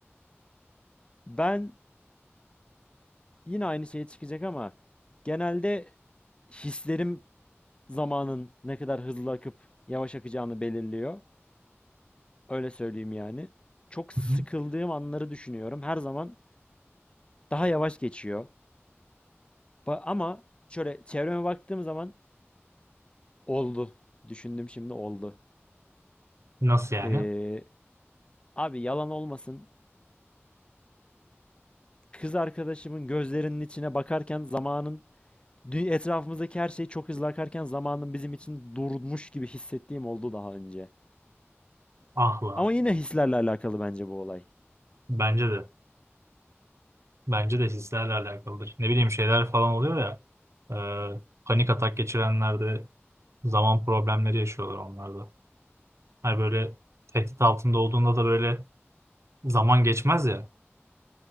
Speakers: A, on the left (about 25°); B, on the right (about 85°).
A: Ben yine aynı şeye çıkacak ama genelde hislerim zamanın ne kadar hızlı akıp yavaş akacağını belirliyor. Öyle söyleyeyim yani. Çok sıkıldığım
B: Hı hı.
A: anları düşünüyorum. Her zaman daha yavaş geçiyor. Ba- Ama şöyle çevreme baktığım zaman oldu. Düşündüm şimdi oldu.
B: Nasıl yani?
A: Ee, abi yalan olmasın. kız arkadaşımın gözlerinin içine bakarken zamanın dü- etrafımızdaki her şey çok hızlı akarken zamanın bizim için durmuş gibi hissettiğim oldu daha önce.
B: Ah lan.
A: Ama yine hislerle alakalı bence bu olay.
B: Bence de. Bence de hislerle alakalıdır. Ne bileyim şeyler falan oluyor ya. e, panik atak geçirenlerde zaman problemleri yaşıyorlar onlarda. Hani böyle tehdit altında olduğunda da böyle zaman geçmez ya.